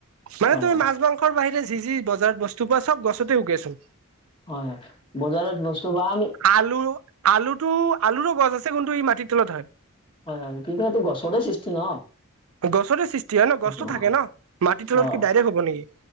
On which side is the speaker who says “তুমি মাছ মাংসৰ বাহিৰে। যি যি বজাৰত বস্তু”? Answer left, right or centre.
Right